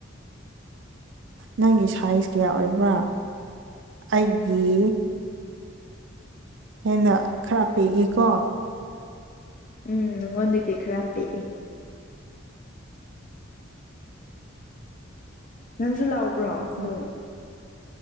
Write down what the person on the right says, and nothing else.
ꯅꯪꯒꯤ ꯁꯥꯏꯖ ꯀꯌꯥ ꯑꯣꯏꯕ꯭ꯔꯥ ꯑꯩꯒꯤ ꯍꯦꯟꯅ ꯈꯔ ꯄꯤꯛꯏꯀꯣ
ꯑꯗꯨꯒ